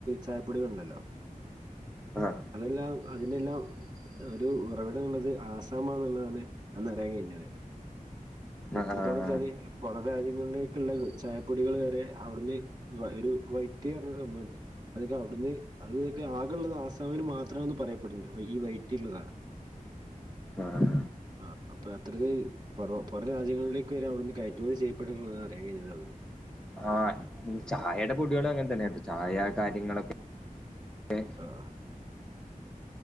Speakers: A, on the right; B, in the centre.
A: ചായപ്പൊടുകുണ്ടല്ലോ
B: ആഹ്
A: അതെല്ലാം അതിനെല്ലാം ഒരു ഉറവിടം എന്നുള്ളത് ആസാമാ എന്നുള്ളതാണ് അന്ന് അറിയൻ കഴിഞ്ഞത് അത് എത്രത്തോളം
B: ആഹ് ആഹ്
A: ചാല് പുറം രാജ്യങ്ങളിലേക്ക്ള്ള ചായപ്പൊടികൾ വരെ അവിടുന്ന് ഒരു വൈറ്റ് അർഞ്ഞൊരു സംഭവംണ്ട് അതക്കെ അവിടുന്ന് അതൊക്കെ ആകള്ളത് ആസാമിന് മാത്രംന്ന് പറയപ്പെടണ്ട് ഈ വൈറ്റിള്ള സാധനം
B: ആഹ്
A: ആ അപ്പൊ അത്രത് പുറേ രാജ്യങ്ങളിലേക്ക് വരെ അവിടുന്ന് കയറ്റുമതി ചെയ്യപ്പെടുന്നുന്ന് അറിയാൻ കഴിഞ്ഞത് അവിടുന്ന്
B: ആഹ് ഉം ചായേടെ പൊടിളും അങ്ങതെന്നേ ചായ കാര്യങ്ങളൊക്കെ ക്കെ
A: ആഹ്